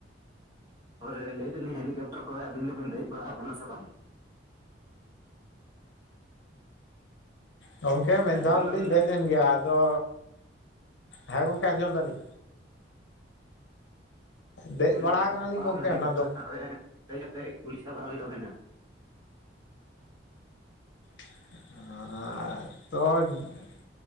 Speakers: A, on the right (about 20°); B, on the left (about 75°).
A: ᱦᱳᱭ ᱞᱟᱹᱭᱮ ᱫᱟᱞᱤᱧ ᱦᱮᱞᱤᱠᱯᱴᱟᱨ ᱠᱚᱨᱮ ᱟᱵᱤᱱ ᱫᱚᱵᱤᱱ ᱫᱮᱡ ᱵᱟᱲᱟᱣ ᱠᱟᱱᱟ ᱥᱮ ᱵᱟᱝ?
B: ᱜᱚᱝᱠᱮ ᱢᱤᱫ
A: ᱟᱸᱡᱚᱢ
B: ᱫᱷᱟᱣ ᱫᱚᱞᱤᱧ
A: ᱫᱟᱵᱤᱱ ᱛᱚ
B: ᱫᱮᱡ ᱞᱮᱱ ᱜᱮᱭᱟ᱾ ᱟᱫᱚ ᱦᱮᱸ ᱜᱚᱝᱠᱮ ᱟᱸᱡᱚᱢ ᱫᱟᱞᱤᱧ᱾
A: <inaudible>
B: ᱫᱮᱡ
A: ᱦᱳᱭ
B: ᱵᱟᱲᱟ ᱠᱟᱱᱟᱞᱤᱧ
A: ᱜᱟᱯᱟ
B: ᱜᱚᱝᱠᱮ
A: ᱦᱮᱞᱤᱠᱯᱴᱟᱨ
B: ᱚᱱᱟ ᱫᱚ
A: ᱪᱮᱛᱟᱱ ᱨᱮ ᱫᱮᱡ ᱠᱟᱛᱮ ᱜᱩᱞᱤ ᱪᱟᱞᱟᱣ ᱦᱩᱭᱩᱜ ᱛᱟᱵᱮᱱᱟ᱾
B: ᱛᱚ